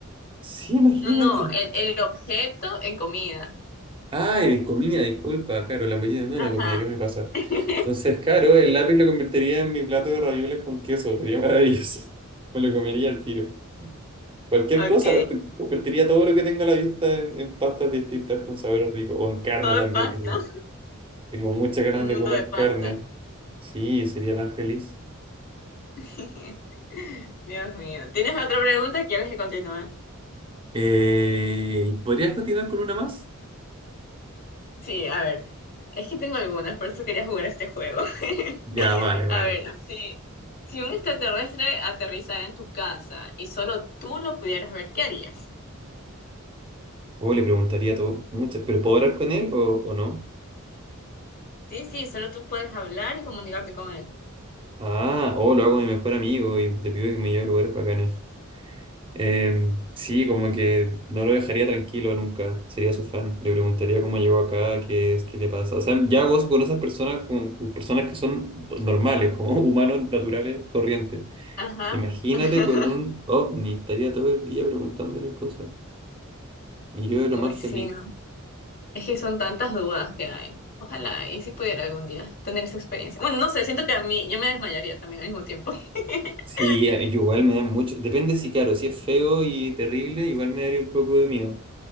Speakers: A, on the right (about 25°); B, on the left (about 45°).
A: Sí, imagínate.
B: No, no, el, el objeto en comida.
A: Ah, de comida, disculpa, claro, la mollida no
B: Ajá.
A: es una comida, ¿qué me pasa?
B: <laughs>
A: Entonces, claro, el lápiz lo convertiría en mi plato de ravioles con queso, sería maravilloso. <laughs> Me lo comería al tiro. Cualquier
B: Ok,
A: cosa, lo t- convertiría todo lo que tengo a la vista en, en pastas distintas con sabores ricos, o en carne
B: todo
A: también.
B: en pasta,
A: Tengo, tengo muchas ganas
B: un
A: de
B: mundo
A: comer
B: de pasta.
A: carne. Sí, sería tan feliz.
B: <laughs> Dios mío. ¿Tienes otra pregunta? o ¿Quieres que continúe?
A: Eh, ¿podrías continuar con una más?
B: Sí, a ver, es que tengo algunas, por eso quería jugar este juego. <laughs>
A: Ya, vale, vale.
B: A ver, si, si un extraterrestre aterrizara en tu casa y solo tú lo pudieras ver, ¿qué harías?
A: O le preguntaría todo, muchas, ¿pero puedo hablar con él o, o no?
B: Sí, sí, solo tú puedes hablar y comunicarte con él.
A: Ah, o lo hago con mi mejor amigo y le pido que me lleve a lugares bacanes. Eh, sí, como que no lo dejaría tranquilo nunca, sería su fan. Le preguntaría cómo llegó acá, qué es, qué le pasa. O sea, ya gozo con esas personas, con, con personas que son normales, como <laughs> humanos naturales, corrientes.
B: Ajá.
A: Imagínate
B: <laughs>
A: con un ovni, estaría todo el día preguntándole cosas. Y yo lo
B: Uy,
A: más
B: sí,
A: feliz.
B: no. Es que son tantas dudas que hay. Ojalá, y si pudiera algún día tener esa experiencia. Bueno, no sé, siento que a mí, yo me desmayaría también al mismo tiempo. <laughs>
A: Sí, eh, yo igual me da mucho. Depende si, claro, si es feo y terrible, igual me daría un poco de miedo.